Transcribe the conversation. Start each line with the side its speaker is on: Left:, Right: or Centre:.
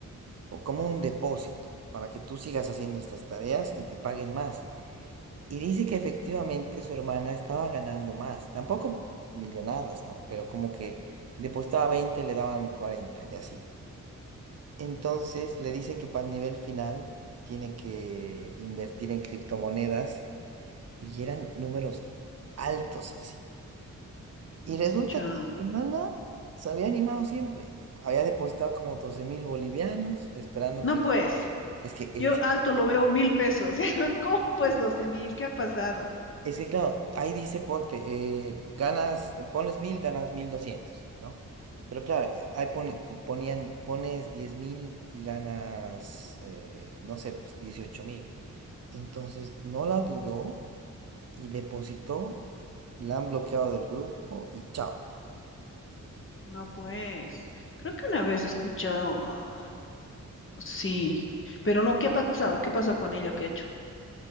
Right: po- como un depósito, para que tú sigas haciendo estas tareas y te paguen más. Y dice que efectivamente su hermana estaba ganando más, tampoco millonadas, ¿no? Pero como que depositaba 20 le daban 40 y así. Entonces le dicen que para el nivel final tiene que invertir en criptomonedas y eran números altos, Ceci. Y
Left: Mm,
Right: resulta
Left: Chan.
Right: que su hermana se había animado siempre. Había depositado como doce mil bolivianos, esperando
Left: No,
Right: que.
Left: pues,
Right: Es que, eh,
Left: yo alto lo veo mil pesos. <laughs> ¿Cómo pues doce mil? ¿Qué ha pasado?
Right: es que claro, ahí dice: ponte, eh, ganas, pones mil, ganas mil doscientos ¿no? Pero claro, eh, ahí poni- po- ponían, pones diez mil y ganas, eh, no sé, pues dieciocho mil. Entonces no la dudó y depositó, la han bloqueado del grupo y chao.
Left: No, pues, creo que una vez he escuchado, ah, sí, pero no, ¿qué ha pasado? ¿Qué pasa con ella? ¿Qué ha hecho?